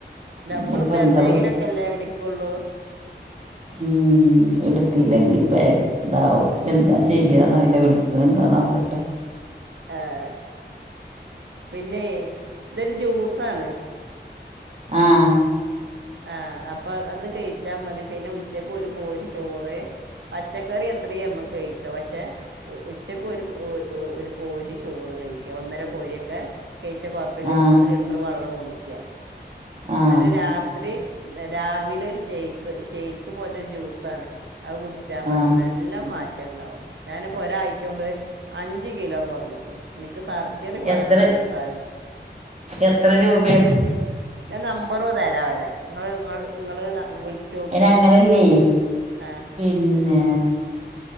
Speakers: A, on the right; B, on the right.
A: നമ്മളിപ്പോ
B: ഇനിയിപ്പോ എന്താ
A: എന്നേങ്കിലുക്കെല്ലേ
B: പ
A: വിളിക്കുള്ളൂ.
B: ഉം എടുത്തില്ലങ്കി പാ ഇതാവും എന്താ ചെയ്യന്നറീല വിളി ക്ണ്ടോ നോക്കട്ടെ.
A: ഏഹ് പിന്നെയ് ഇതൊരു ജ്യൂസാണ്.
B: ആഹ്
A: ആഹ് അപ്പോ അത് കയിച്ചാ മതി പിന്നെ ഉച്ചക്ക് ഒരു കോരി ചോറ് പച്ചക്കറി എത്രീംമ്മക്ക് കഴിക്കാ പഷേ ഉച്ചക്ക് ഒരു ഒരു കോരി ചോറ് കഴിക്കാ ഒന്നര കോരിയൊക്കെ കയിച്ച കൊഴപ്പല്ല
B: ആ
A: മൂന്ന് ലിറ്റർ വെള്ളോം കുടിക്കാ
B: ആ
A: ന്നിട്ട് രാ ത്രി രാവിലെ ഒരു ഷെക്ക് ഷെക്ക് പോലത്തൊരു ജ്യൂസാണ് അവ് കുടിച്ചാ മതി
B: ആ
A: നല്ല മാറ്റണ്ടാവും. ഞാനിപ്പോ ഒരാഴ്ച്ചോണ്ട് അഞ്ച് കിലോ കൊറഞ്ഞിക്ക്ണ് എനിക്ക് സർജറി പറഞ്ഞതാ
B: എത്ര
A: ഈ കാൽ
B: എത്ര രൂപേണ് അയിന്
A: ഞാ നമ്പറ് തര അവരെ ങ്ങള് ങ്ങള് വിളിച്ചോക്കി
B: അതിന് അങ്ങനല്ലേ
A: <inaudible> ആഹ്
B: പിന്നെ